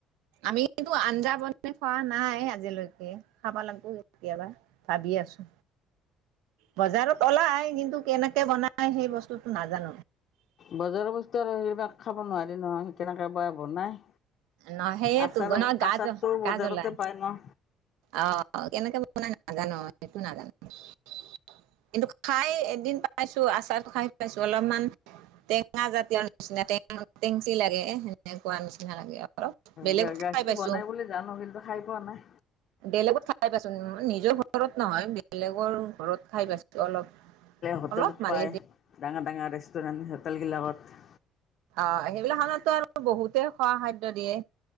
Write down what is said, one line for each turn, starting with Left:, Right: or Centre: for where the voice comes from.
Right: আমিতো আঞ্জা বনাই খোৱা নাই আজিলৈকে। খাবা লাগব কেতিয়াবা ভাবি আছো। বজাৰত ওলাই, কিন্তু কেনেকে বনাই সেই বস্তুটো নাজানো।
Left: বজাৰৰ বস্তু আৰু সেইবিলাক খাব নোৱাৰি নহয়। কেনেকে বা বনাই
Right: ন সেয়েতো
Left: আচাৰ-
Right: ন গাজ
Left: আচাৰটো
Right: গাজলাই
Left: বজাৰতে পাই ন।
Right: অ', কেনেকেনো নাজানো সেইটো নাজানো। <unintelligible> কিন্তু খাই এদ এদিন পাইছো আচাৰ খাই পাইছো অলপমান টেঙা জাতীয় নিচিনা টেঙা, টেংচি লাগে। সেনেকুৱা নিচিনা লাগে অলপ। বেলেগত
Left: গা গাজটো
Right: খাই পাইছো
Left: বনাই বুলি জানো, কিন্তু খাই পোৱা নাই।
Right: বেলেগত খাই পাইছো, মানে নিজৰ ঘৰত নহয় বেলেগৰ ঘৰত খাই পাইছো অলপ।
Left: হোটেলত
Right: অলপ মানে
Left: পায়, ডাঙৰ ডাঙৰ ৰেষ্টুৰেণ্ট হোটেল বিলাকত।
Right: অ সেইবিলাক খনত টো আৰু বহুতেই খোৱা খাদ্য দিয়ে।